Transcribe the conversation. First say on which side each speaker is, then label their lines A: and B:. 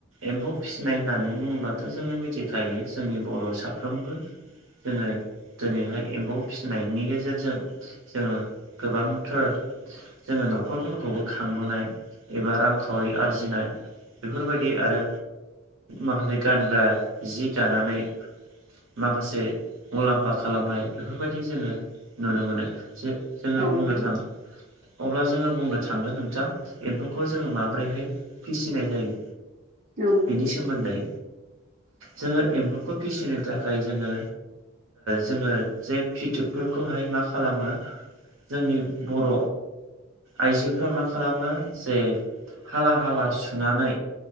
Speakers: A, on the right; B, on the right.
A: एम्फौ फिसिनाय होननानै बुङोब्लाथ' जोङो मिथिखायो जोंनि बर' साफ्रोमबो जोङो दिनैहाय एम्फौ फिसिनायनि गेजेरजों जोङो गोबांथार जोङो न'खरफोरखौबो खांबोनाय एबा रांखावरि आरजिनाय बेफोरबायदि आरो माखासे गानग्रा जि दानानै माखासे मुलाम्फा खालामनाय बेफोरबायदि जोङो नुनो मोनो जे जोङो
B: औ
A: बुंनो
B: नोंथां
A: थां <unintelligible> अब्ला जोङो बुंनो थांगोन नोंथां एम्फौखौ जोङो माबोरैहाय फिसिनाय जायो
B: औ नोंथां
A: बेनि सोमोन्दै जोङो एम्फौखौ फिसिनो थाखाय जोङो जोङो जे फिथोबफोरखौहाय मा खालामो जोंनि बर' आइजोफ्रा मा खालामो जे हाला हाला सुनानै